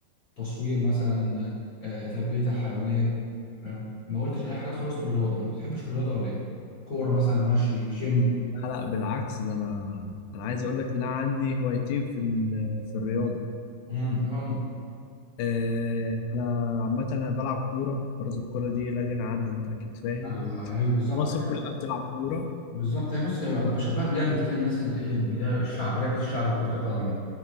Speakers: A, on the left; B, on the left.
A: تصوير مثلا آه، تربيه الحيوانات فاهم ما قلتش اي حاجه خالص من الرياضه ما بتحبش الرياضه ولا ايه كوره مثلا ماشي جيم
B: لا لا بالعكس ده انا انا عايز اقول لك ان انا عندي هوايتين في ال- في الرياضة
A: امم هم
B: آه، انا عامه انا بلعب كوره برضه الكوره دي لا غنى عنها انت اكيد فاهم
A: ايوه ايوه أيوة، بالظبط
B: مصر
A: ايوه
B: كلها بتلعب كوره
A: بالظبط هي بص بشبهها بلعبه كده الناس اللي ايه اللي هي الشعب لعبه الشعب كره القدم دي